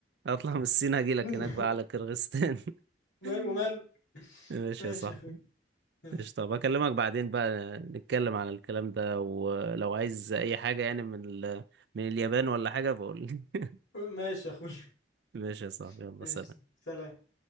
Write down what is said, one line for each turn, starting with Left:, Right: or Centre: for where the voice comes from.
Right: اطلع من الصين هاجي لك
Left: <laughs>
Right: هناك بقى على كرغستان
Left: ما-
Right: <laughs>
Left: وماله
Right: ماشي
Left: ماشي
Right: يا صاحبي
Left: يا اخوي ماشي
Right: ايش طب اكلمك بعدين بقى نتكلم على الكلام ده ولو عايز اي حاجة يعني من ال... من اليابان ولا حاجة بقول لي
Left: ماشي يا اخوي
Right: <laughs> ماشي يا صاحبي
Left: <laughs>
Right: يلا
Left: ماشي
Right: سلام
Left: سلام